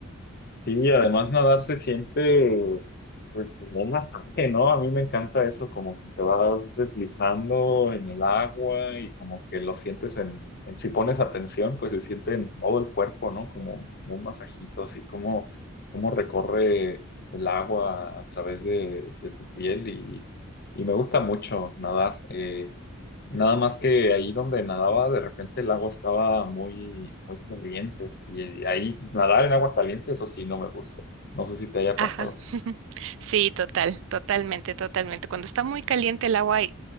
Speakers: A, on the left (about 50°); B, on the right (about 65°).
A: sí, además nadar se siente, pues, como un masaje, ¿no? A mí me encanta eso, como que te vas deslizando en el agua y como que lo sientes en, en- si pones atención, pues se siente en todo el cuerpo, ¿no? Como, como un masajito, así como, como recorre el agua a través de, de tu piel y, y me gusta mucho nadar. Eh, Nada más que ahí donde nadaba, de repente el agua estaba muy, muy caliente. Y ahí nadar en agua caliente, eso sí, no me gusta. No sé si te haya
B: Ajá.
A: pasado.
B: <laughs> Sí, total, totalmente, totalmente. Cuando está muy caliente el agua y